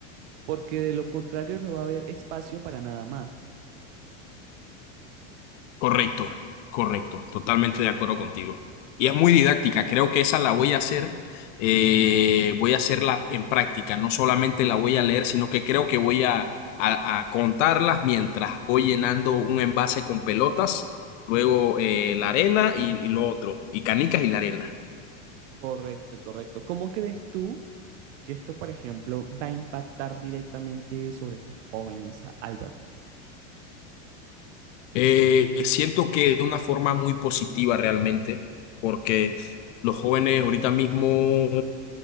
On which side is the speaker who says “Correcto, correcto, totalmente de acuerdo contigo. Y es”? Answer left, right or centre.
Left